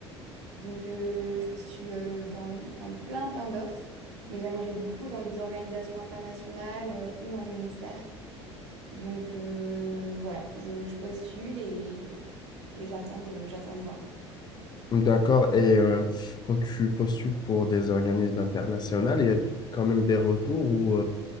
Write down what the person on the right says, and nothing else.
Donc, euh, je postule euh, dans enfin, plein, plein d'offres, mais j'aimerais beaucoup dans des organisations internationales euh, ou en ministère. Donc, euh, voilà, je, je postule et, et j'attends de, j'attends de voir.